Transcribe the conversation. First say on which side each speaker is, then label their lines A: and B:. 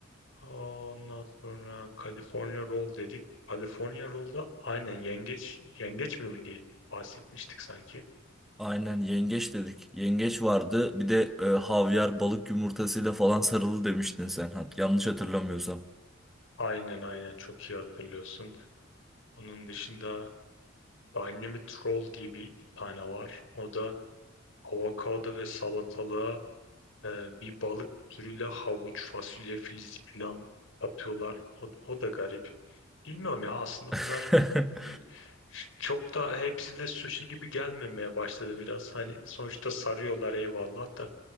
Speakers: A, on the left (about 80°); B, in the centre.
A: Ondan sonra California Roll dedik. California Roll'da aynen yengeç, yengeç mi bu diye bahsetmiştik sanki.
B: Aynen yengeç dedik. Yengeç vardı. Bir de e, havyar balık yumurtasıyla falan sarılı demiştin sen. Ha, yanlış hatırlamıyorsam.
A: Aynen aynen çok iyi hatırlıyorsun. Onun dışında Dynamite Roll diye bir tane var. O da avokado ve salatalığa e, bir balık türüyle havuç, fasulye, filizli falan atıyorlar. O, o da garip. Bilmiyorum ya aslında
B: <laughs>
A: bunlar e, çok da hepsi de sushi gibi gelmemeye başladı biraz. Hani sonuçta sarıyorlar eyvallah da